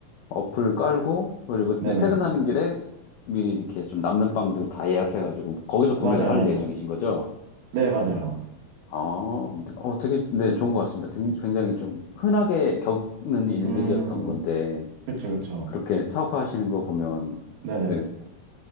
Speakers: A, on the left; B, on the right.
A: 어플 깔고, 그리고
B: 네네.
A: 이제 퇴근하는 길에 미리 이렇게 좀 남는 빵들 다 예약해가지고 거기서 구매를
B: 맞아요,
A: 할
B: 맞아요.
A: 예정이신 거죠?
B: 네, 맞아요.
A: 아, 어, 되게, 네, 좋은 것 같습니다. 굉- 굉장히 좀 흔하게 겪는 일들이었던
B: 음,
A: 건데,
B: 그쵸, 그쵸.
A: 그렇게 사업화하시는 거 보면,
B: 네네.
A: 네,